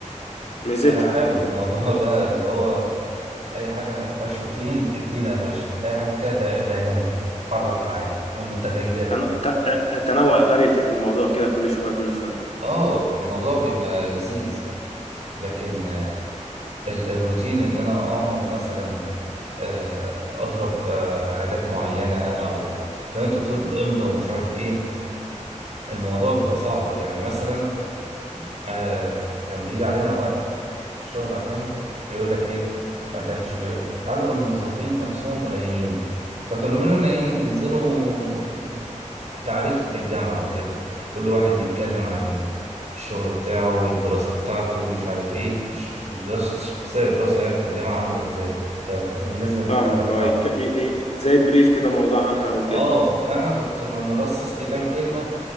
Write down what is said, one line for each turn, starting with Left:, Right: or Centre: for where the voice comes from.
Left: ميزتها
Right: انا حابب الموضوع <laughs> ده اللي هو اي حاجه ما فيهاش روتين ادينا يا باشا اي حاجه كده دا... دايناميك بتتحرك معايا متغيره
Left: تن... ت... تنوع فاريتي في الموضوع كده كل شوية كل شوية
Right: اه الموضوع بيبقى لذيذ لكن ال- الروتين ان انا اقعد مثلا آه، اضرب آه، حاجات معينه او زي ما انت بتقول امضى ومش عارف ايه الموضوع بيبقى صعب يعني مثلا آه، كان بيجي علينا وقت في الشغل احيانا يقول لك ايه ما كانش بي... عدد الموظفين نفسهم قليلين فكانوا يقولوا لنا ايه انزلوا يعني تعريف للجامعة وكده كل واحد يتكلم عن ال- الشغل بتاعه والدراسة بتاعته مش عارف ايه مش مش دراسة شخصية دراسة يعني في الجامعة عاملة ازاي ك... بالنسبة للمادة
Left: فاهمك
Right: بتاعته
Left: اه يك- ي- ي- زي بريف كده موضوع عنها وكده
Right: اه فأنا كنت م- مرصص لي كام كلمة